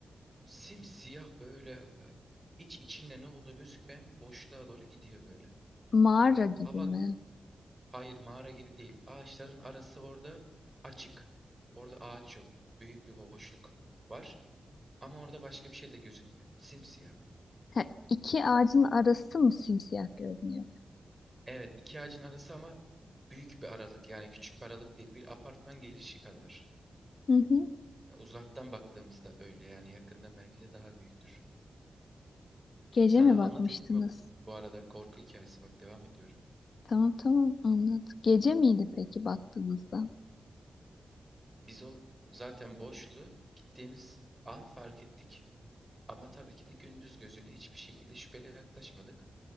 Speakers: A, on the right; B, on the left.
A: simsiyah böyle e, iç içinde ne olduğu gözükmeyen bir boşluğa doğru gidiyor böyle.
B: Mağara gibi
A: Hava
B: mi?
A: hayır mağara gibi değil. Ağaçların arası orada açık. Orada ağaç yok. Büyük bir boşluk var. Ama orada başka bir şey de gözükmüyor. Simsiyah.
B: Ha, iki ağacın arası mı simsiyah görünüyor?
A: Evet iki ağacın arası ama büyük bir aralık yani küçük bir aralık değil. Bir apartman girişi kadar.
B: Hı hı.
A: Uzaktan baktığımızda öyle yani yakında belki de daha büyüktür.
B: Gece
A: Sana
B: mi
A: anlatayım
B: bakmıştınız?
A: mı bu arada korku hikayesi bak devam ediyorum.
B: Tamam tamam anladım. Gece miydi peki baktığınızda?
A: Biz o zaten boşluğu gittiğimiz an fark ettik. Ama tabii ki de gündüz gözüyle hiçbir şekilde şüpheli yaklaşmadık.